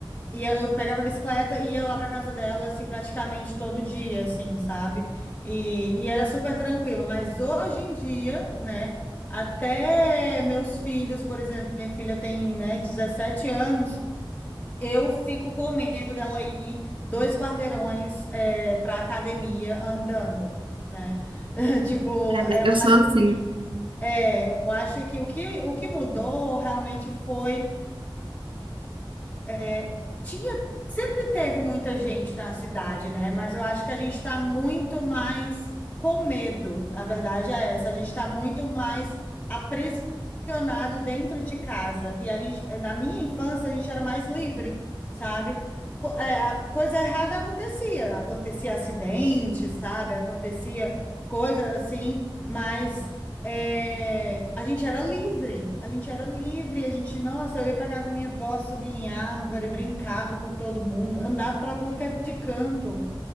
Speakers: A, on the left (about 20°); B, on the right (about 75°).
A: e eu pegava a bicicleta e ia lá para casa dela, assim, praticamente todo dia, assim, sabe? E, e era super tranquilo, mas hoje em dia, né, até meus filhos, por exemplo, minha filha tem, né, 17 anos, eu fico com medo dela ir dois quarteirões é, para academia andando, né? <laughs> Tipo,
B: É,
A: eu
B: Eu sou
A: acho,
B: assim.
A: é, eu acho que o que, o que mudou realmente foi é, tinha, sempre teve muita gente na cidade, né? Mas eu acho que a gente está muito mais com medo. A verdade é essa, a gente está muito mais aprisionado dentro de casa. E a gente, na minha infância, a gente era mais livre, sabe? Co- é, a coisa errada acontecia, acontecia acidente, sabe? Acontecia coisa assim, mas é, a gente era livre, a gente era livre, a gente, nossa, eu ia para casa da minha avó, subia em árvore, brincava com todo mundo, andava para tudo que é de canto,